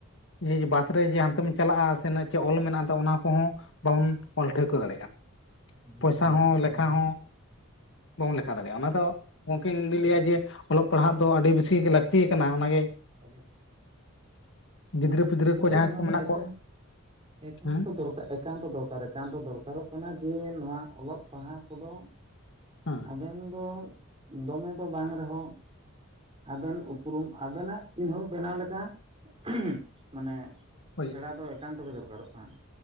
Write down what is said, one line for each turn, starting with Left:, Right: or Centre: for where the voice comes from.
Left: ᱡᱮ ᱡᱮ ᱵᱟᱥ ᱨᱮ ᱡᱮ ᱦᱟᱱᱛᱮ ᱵᱚᱱ ᱪᱟᱞᱟᱜ-ᱟ ᱥᱮ ᱱᱚᱛᱮ ᱚᱞ ᱢᱮᱱᱟᱜ-ᱟ <unintelligible> ᱚᱱᱟ ᱠᱚᱦᱚᱸ ᱵᱚᱱ ᱚᱞ ᱴᱷᱟᱹᱣᱠᱟᱹ ᱫᱟᱲᱮᱭᱟᱜ-ᱟ
Right: ᱦᱮᱸᱥᱮ
Left: ᱯᱚᱭᱥᱟ ᱦᱚᱸ ᱞᱮᱠᱷᱟ
Right: ᱚᱱᱟ
Left: ᱦᱚᱸ ᱵᱚᱱ ᱞᱮᱠᱷᱟ ᱫᱟᱲᱮᱭᱟᱜ-ᱟ ᱚᱱᱟ ᱫᱚ ᱜᱚᱝᱠᱮ ᱤᱧ ᱞᱟᱹᱭᱮ
Right: ᱚᱱᱛᱮ
Left: ᱟ ᱡᱮ ᱚᱞᱚᱜ ᱯᱟᱲᱦᱟᱜ ᱫᱚ ᱟᱹᱰᱤ ᱵᱮᱥᱤ ᱞᱟᱹᱠᱛᱤ ᱠᱟᱱᱟ ᱚᱱᱟᱜᱮ,
Right: <unintelligible>
Left: ᱜᱤᱫᱽᱨᱟᱹ
Right: ᱦᱩ
Left: ᱯᱤᱫᱽᱨᱟᱹ
Right: ᱜᱚᱢᱠᱮ
Left: ᱠᱚ ᱡᱟᱦᱟᱸᱭ
Right: ᱚᱱᱟ
Left: ᱠᱚ ᱢᱮᱱᱟᱜ
Right: ᱫᱚ ᱮᱠᱟᱞ
Left: ᱠᱚ
Right: ᱮᱠᱟᱱᱛᱚ
Left: ᱦᱮᱸ
Right: ᱫᱚᱨᱠᱟᱨ ᱮᱠᱟᱱᱛᱚ ᱫᱚᱨᱠᱟᱨ ᱮᱠᱟᱱᱛᱚ ᱫᱚᱨᱠᱟᱨᱚᱜ ᱠᱟᱱᱟ ᱡᱮ ᱱᱚᱣᱟ ᱚᱞᱚᱜ ᱯᱟᱲᱦᱟᱣ ᱠᱚᱫᱚ-
Left: ᱦᱮᱸ
Right: ᱟᱵᱮᱱ ᱫᱚ ᱫᱚᱢᱮ ᱫᱚ ᱵᱟᱝ ᱨᱮᱦᱚᱸ ᱟᱵᱮᱱ ᱩᱯᱨᱩᱢ ᱟᱵᱮᱱᱟᱜ ᱪᱤᱱᱦᱟᱹᱣ ᱵᱮᱱᱟᱣ ᱞᱮᱠᱟ <unintelligible> ᱢᱟᱱᱮ
Left: ᱦᱳᱭ
Right: ᱥᱮᱬᱟ ᱫᱚ ᱮᱠᱟᱱᱛᱚ ᱜᱮ ᱫᱚᱨᱠᱟᱨᱚᱜ ᱠᱟᱱᱟ